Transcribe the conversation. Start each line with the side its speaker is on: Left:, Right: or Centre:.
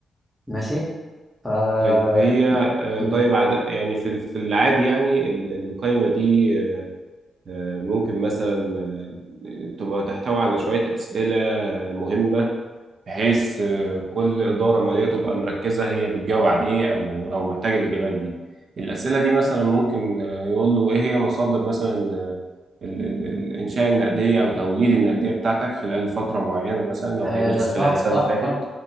Centre: ماشي ف
Right: طيب هي
Centre: ي-
Right: آه،
Centre: م.
Right: طيب عد... يعني في ال- في العادي يعني ال- القائمة دي آه، ممكن مثلا آه، تبقى تحتوي على شوية أسئلة مهمة بحيث آه، كل إدارة مالية تبقى مركزة هي بتجاوب عن إيه أو أو محتاجة الإجابات دي الأسئلة دي مثلا ممكن آه، يقول له إيه هي مصادر مثلا آه، ال- ال- الإنشاء النقدية أو توليد النقدية بتاعتك خلال فترة معينة مثلا لو
Centre: آه
Right: هيدرس
Centre: صح
Right: خلال سنة
Centre: صح
Right: فاتت
Centre: صح